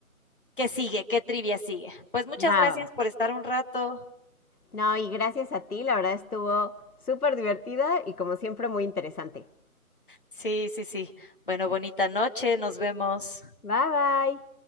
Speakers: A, on the left (about 35°); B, on the left (about 80°).
A: qué sigue, qué trivia sigue. Pues muchas
B: Va,
A: gracias
B: va, va.
A: por estar un rato.
B: No, y gracias a ti, la verdad estuvo súper divertida y como siempre muy interesante.
A: Sí, sí, sí. Bueno, bonita noche. Nos vemos.
B: Bye, bye.